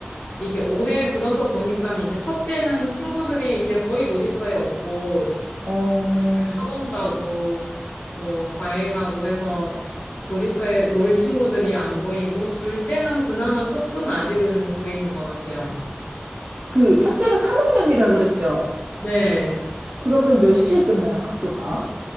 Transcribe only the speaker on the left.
이제 올해 들어서 보니까 이제 첫째는 친구들이 이제 거의 놀이터에 없고
늘 학원 가고 뭐 과외 가고 해서 놀이터에 놀 친구들이 안 보이고 둘째는 그나마 조금 아직은 보이는 것 같아요.
네.